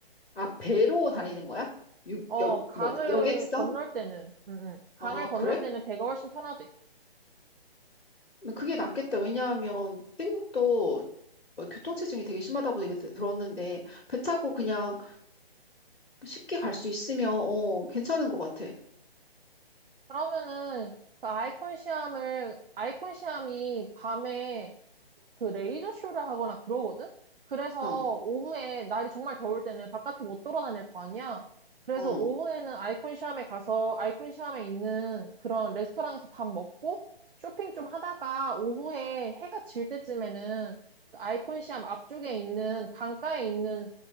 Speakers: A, on the left (about 80°); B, on the right (about 60°).
A: 아, 배로 다니는 거야? 유,
B: 어,
A: 여,
B: 강을
A: 뭐 여객선?
B: 건널 때는, 응, 응. 강을
A: 아
B: 건널
A: 그래?
B: 때는 배가 훨씬 편하대.
A: 그게 낫겠다. 왜냐하면 태국도 뭐 교통체증이 되게 심하다고 되게 드- 들었는데 배 타고 그냥 쉽게 갈 수 있으면 어 괜찮은 것 같아.
B: 그러면은 그 아이콘 시험을 아이콘 시험이 밤에 그 레이저 쇼를 하거나 그러거든? 그래서
A: 응,
B: 오후에 날이 정말 더울 때는 바깥에 못 돌아다닐 거 아니야? 그래서
A: 응,
B: 오후에는 아이콘 시암에 가서 아이콘 시암에 있는 그런 레스토랑에서 밥 먹고 쇼핑 좀 하다가 오후에 해가 질 때쯤에는 그 아이콘 시암 앞쪽에 있는 강가에 있는